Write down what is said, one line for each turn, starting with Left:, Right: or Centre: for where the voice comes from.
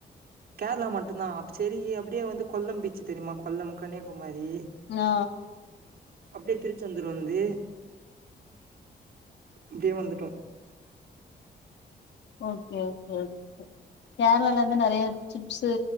Right: கேரளா மட்டும்தா அப்ப சேரி அப்டியே வந்து கொல்லம் பீச்சு தெரியுமா கொல்லம் கன்னியாகுமாரி
Left: ஆ
Right: அப்டியே திருச்செந்தூர் வந்து அப்டியே வந்துட்டோ
Left: ஓகே ஓகே ஓகே கேரளாலர்ந்து நெறைய சிப்ஸு